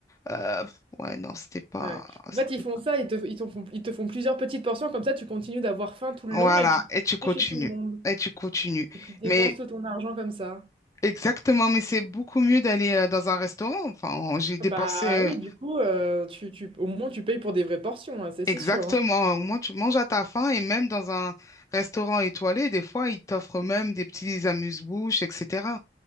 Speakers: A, on the left; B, on the right.
A: Euh, ouais, non, c'était pas,
B: Ouais.
A: c'était
B: En fait, ils font
A: pas.
B: ça, ils te, ils t'en font, ils te font plusieurs petites portions, comme ça, tu continues d'avoir faim tout le
A: Voilà,
B: long et tu
A: et tu continues.
B: fais chez tout le monde.
A: Et tu continues.
B: Et tu dépenses
A: Mais
B: tout ton argent comme ça.
A: exactement, mais c'est beaucoup mieux d'aller euh, dans un restaurant. Enfin, j'ai dépensé
B: Bah oui, du coup, euh, tu, tu, au moins, tu payes pour des vraies portions, hein, c'est
A: exactement.
B: c'est sûr. hein.
A: Au moins, tu manges à ta faim et même dans un restaurant étoilé, des fois, ils t'offrent même des petits amuse-bouches, etc.